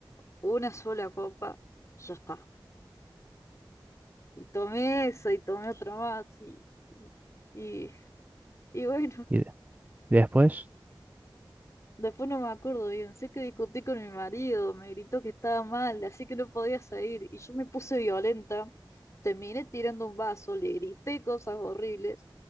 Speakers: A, on the left; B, on the right.
A: una sola copa, ya está. Y tomé esa y tomé otra más y, y, y bueno.
B: ¿Y de- después?
A: Después no me acuerdo bien, sé que discutí con mi marido, me gritó que estaba mal, así que no podía salir, y yo me puse violenta, terminé tirando un vaso, le grité cosas horribles